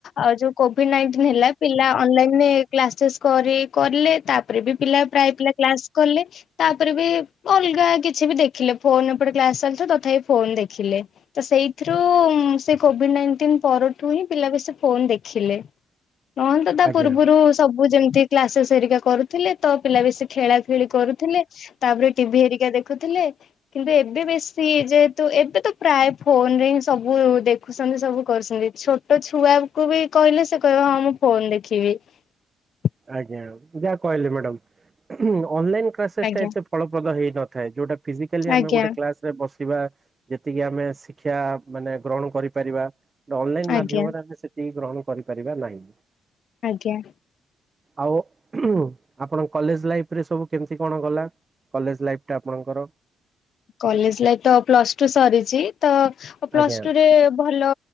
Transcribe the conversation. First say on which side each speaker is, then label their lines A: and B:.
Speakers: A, on the left; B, on the right.
A: ଆଉ ଯୋଉ କୋଭିଡ ନାଇଣ୍ଟିନ୍ ହେଲା ପିଲା ଅନଲାଇନରେ କ୍ଲାସେସ୍ କରି କଲେ ତାପରେ ବି ପିଲା ପ୍ରାୟ ପିଲା କ୍ଲାସ କଲେ ତାପରେ ବି ଅଲଗା କିଛି ବି ଦେଖିଲେ ଫୋନ ଏପଟେ କ୍ଲାସ ଚାଲିଥିବ ତଥାପି ଫୋନ ଦେଖିଲେ। ତ ସେଇଥିରୁ ସେ କୋଭିଡ ନାଇଣ୍ଟିନ ପରଠୁ ହିଁ ପିଲା ବେଶୀ ଫୋନ୍ ଦେଖିଲେ। ରହନ୍ତୁ ତା
B: ଆଜ୍ଞା
A: ପୂର୍ବରୁ ସବୁ ଯେମିତି କ୍ଲାସେସ୍ ହେରିକା କରୁଥିଲେ ତ ପିଲା ବେଶୀ ଖେଳାଖେଳି କରୁଥିଲେ। ତାପରେ ଟିଭି ହେରିକା ଦେଖୁଥିଲେ ।କିନ୍ତୁ ଏବେ ବେଶୀ ଯେହେତୁ ଏବେ ତ ପ୍ରାୟ ଫୋନ ରେ ହିଁ ସବୁ ଦେଖୁଛନ୍ତି ସବୁ କରୁଛନ୍ତି। ଛୋଟ ଛୁଆ କୁ ବି କହିଲେ ସେ କହିବ ହଁ ମୁଁ ଫୋନ ଦେଖିବି ।
B: ଆଜ୍ଞା ଯାହା କହିଲେ ମ୍ୟାଡମ୍। ଅନଲାଇନ୍ କ୍ଲାସେସ୍
A: ଆଜ୍ଞା
B: ଟା ଏତେ ଫଳପ୍ରଦ ହେଇନଥାଏ ଯୋଉଟା ଫିଜିକାଲି ଆମେ
A: ଆଜ୍ଞା
B: ଗୋଟେ କ୍ଲାସ ରେ ବସିବା ଯେତିକି ଆମେ ଶିକ୍ଷା ମାନେ ଗ୍ରହଣ କରିପାରିବା ଅନଲାଇନ୍ ମାଧ୍ୟମରେ
A: ଆଜ୍ଞା
B: ଆମେ ସେତିକି ଗ୍ରହଣ କରିପାରିବା ନାହିଁ।
A: ଆଜ୍ଞା।
B: ଆଉ ଆପଣ କଲେଜ ଲାଇଫରେ ସବୁ କେମିତି କଣ ଗଲା କଲେଜ ଲାଇଫ ଟା ଆପଣଙ୍କର?
A: କଲେଜ ଲାଇଫ ତ ପ୍ଲସ ଟୁ ସରିଛି ତ ପ୍ଲସ
B: ଆଜ୍ଞା
A: ଟୁରେ ଭଲ